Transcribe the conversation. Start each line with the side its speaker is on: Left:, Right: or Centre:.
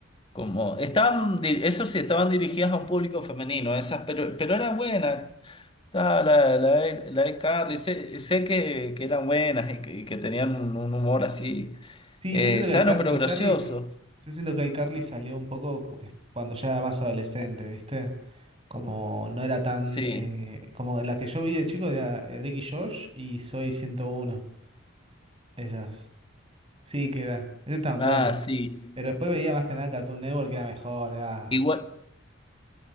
Left: como estaban, di- eso sí, estaban dirigidas a un público femenino, esas, pero, pero eran buenas. Ah, la, la, de- la de Carly, sé, sé que, que eran buenas y que, y que tenían un, un humor así
Right: Sí,
Left: eh,
Right: yo siento
Left: sano
Right: que iCarly,
Left: pero
Right: iCarly
Left: gracioso.
Right: sa- yo siento que iCarly salió un poco cu- des- cuando ya era más adolescente, ¿viste? Como no era tan...
Left: Sí,
Right: eh, como la que yo vi de chico era eh, Drake y Josh y Soy 101, Esas. Sí, que era. Esas estaban
Left: ah,
Right: buenas.
Left: sí.
Right: Pero después veía más que nada Cartoon Network, que era mejor. Era...
Left: Igual,